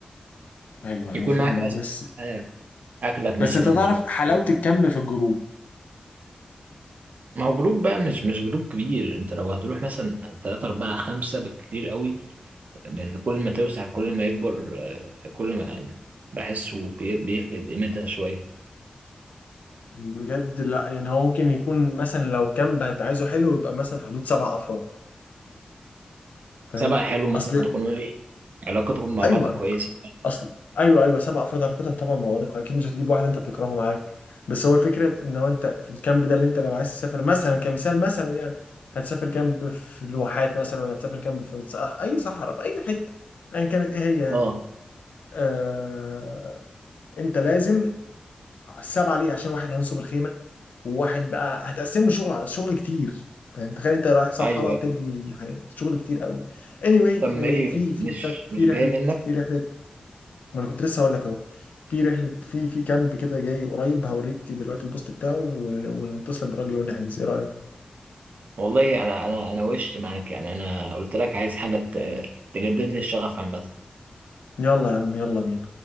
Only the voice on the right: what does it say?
يكون
معاك أس...
آه، اكلك
مثلا
شربة.
ما هو جروب بقى مش مش جروب كبير انت لو هتروح مثلا ثلاثة أربعة خمسة بالكتير قوي لأن كل ما توسع كل ما يكبر آه، كل ما بحسه بي- بيفقد قيمتها شوية
سبع حلو مثلا
تكون ايه علاقتهم مع
بعض كويسة
اه
ايوه ايوه
طب ما
ايه
مش
مش
جاية منك
والله انا انا انا وش معاك يعني انا قلت لك عايز حاجة ت- تجدد لي الشغف عامة